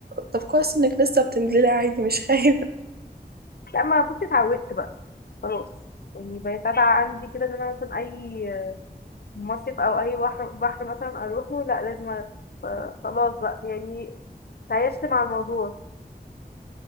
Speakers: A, on the right; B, on the left.
A: طب كويس انك لسه بتنزلي عادي مش خايفة
B: لما بصي اتعودت بقى خلاص يعني بقيت عادة عندي كده ان انا مثلا اي مصيف او اي بحر بحر مثلا اروحه لا لازم أروح. فخلاص بقى يعني تعايشت مع الموضوع